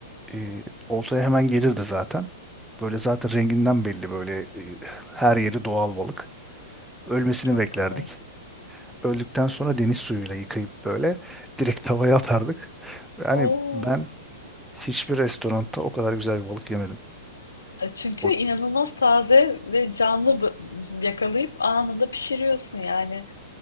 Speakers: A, in the centre; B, on the left.
A: e, oltaya hemen gelirdi zaten. Böyle zaten renginden belli böyle e, her yeri doğal balık. Ölmesini
B: çok
A: beklerdik.
B: güzel.
A: Öldükten sonra deniz suyuyla yıkayıp böyle direkt <laughs> tavaya atardık. Yani
B: Oo.
A: ben hiçbir restoranda o kadar güzel bir balık yemedim.
B: E, Çünkü
A: O,
B: inanılmaz taze ve canlı b- yakalayıp anında pişiriyorsun yani.